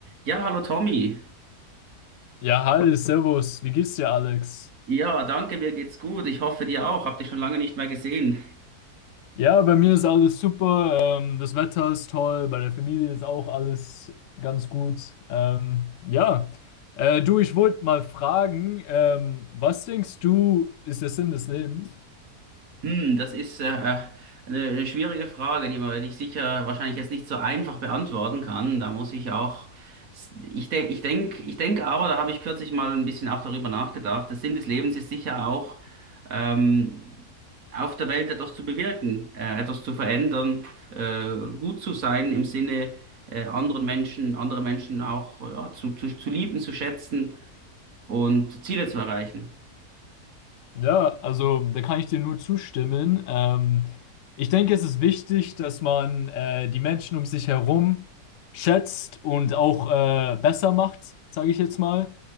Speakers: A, on the right; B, on the left.
A: Ja, hallo Tommy.
B: Ja, hi, servus, wie geht's dir, Alex?
A: Ja, danke, mir geht's gut. Ich hoffe dir auch. Hab dich schon lange nicht mehr gesehen.
B: Ja, bei mir ist alles super, ähm, das Wetter ist toll, bei der Familie ist auch alles ganz gut. Ähm, ja, äh, du, ich wollte mal fragen, ähm, was denkst du, ist der Sinn des Lebens?
A: Hm, das ist äh, eine, eine schwierige Frage, die man dich sicher wahrscheinlich jetzt nicht so einfach beantworten kann. Da muss ich auch, ich denke, ich denk, ich denk aber, da habe ich kürzlich mal ein bisschen auch darüber nachgedacht. Der Sinn des Lebens ist sicher auch, ähm, auf der Welt etwas zu bewirken, äh, etwas zu verändern, äh, gut zu sein im Sinne, äh, anderen Menschen, andere Menschen auch ja, zu, zu, zu lieben, zu schätzen. und Ziele zu erreichen.
B: Ja, also da kann ich dir nur zustimmen. Ähm, ich denke, es ist wichtig, dass man äh, die Menschen um sich herum schätzt und auch äh, besser macht, sage ich jetzt mal.